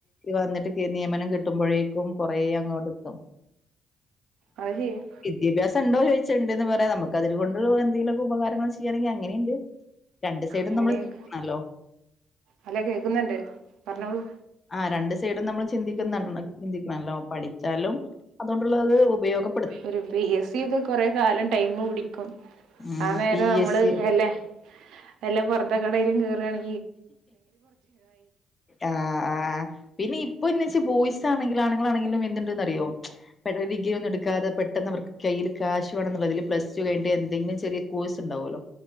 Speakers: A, on the left (about 30°); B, on the right (about 80°).
A: വന്നിട്ട് നിയമനം കിട്ടുമ്പോഴേക്കും കൊറേ അങ്ങോട്ട് ഇത്തും
B: അത് ശരിയാ
A: വിദ്യാഭ്യാസം ഉണ്ടോ ചോ ണ്ടന്ന് പറയാ നമുക്ക് അതിനേ കൊണ്ട് എന്തെങ്കിലൊക്കെ ഉപകാരങ്ങൾ ചെയ്യണെങ്കിൽ അങ്ങനെയുണ്ട്. രണ്ട് സൈഡും
B: അങ്ങനെയൊക്കെ
A: നമ്മൾ <unintelligible>
B: അല്ല കേൾക്കുന്നുണ്ട് പറഞ്ഞോളൂ
A: ആ രണ്ട് സൈഡും നമ്മൾ ചിന്തിക്ക ചിന്തിക്കണല്ലോ പഠിച്ചാലും അതുകൊണ്ടുള്ള ഉപയോഗ
B: ഒരു പി എസ് സി ഒക്കെ കൊറെ കാലം ടൈം പിടി
A: ഉം
B: ആ നേരം
A: പി
B: നമ്മള്
A: എസ് സി
B: വല്ല വല്ല പുറത്തെ കടയിലും കേറയാണ
A: ആ പിന്നെ ഇപ്പൊ ഇന്ന് വെച്ച് ബോയ്സ് ആണെങ്കിലും ആണുങ്ങാനാണെങ്കിലും എന്തുണ്ടന്ന് അറിയോ പെ ഡിഗ്രി ഒന്നും എടുകാതെ പെട്ടെന്ന് അവർക്ക് ക ക്യാഷ് വേണെന്നുള്ളള്ളതിൽ പ്ലസ് കഴിഞ്ഞിട്ട് എന്തങ്കിലും ചെറിയ കോഴ്സ് ഉണ്ടാവുമല്ലോ